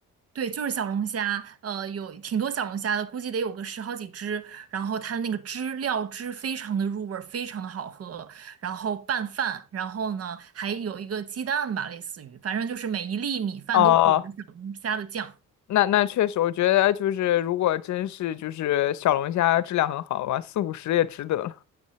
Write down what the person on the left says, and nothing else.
哦，那那确实，我觉得就是如果真是就是小龙虾质量很好吧，四五十也值得了。